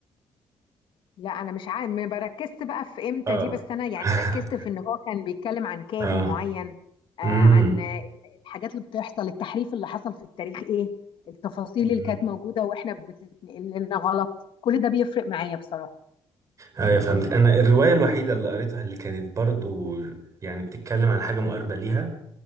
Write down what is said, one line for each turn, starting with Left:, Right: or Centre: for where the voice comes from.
Left: لا انا مش عارف ما بركزت بقى في امتى
Right: اه
Left: دي بس انا يعني
Right: <laughs>
Left: ركزت في ان هو كان بيتكلم عن كاهن
Right: اه
Left: معين آه عن
Right: امم
Left: آه، الحاجات اللي بتحصل التحريف اللي حصل في التاريخ ايه التفاصيل
Right: أمم.
Left: اللي كانت موجودة واحنا بتتنقل لنا غلط كل ده بيفرق معايا بصراحة
Right: ايوه فهمت انا الروايه الوحيده اللي قريتها اللي كانت برضو يعني بتتكلم عن حاجه مقاربه ليها